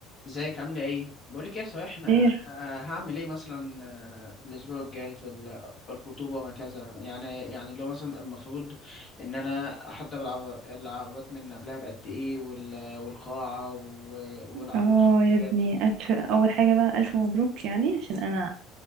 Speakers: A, on the left (about 15°); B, on the right (about 50°).
A: ازيك عاملة ايه؟ بقولك ايه صحيح انا
B: خير
A: أنا هعمل ايه مثلا آه، في الاسبوع الجاي في ال- الخطوبة وهكذا يعني يعني اللي هو مثلا المفروض ان انا احضر العر- العربات من قبلها بقد ايه وال- والقاعة و- والعروس
B: اه
A: والحاجات
B: يا ابني
A: دي
B: ألف اول حاجه بقى الف مبروك يعني عشان انا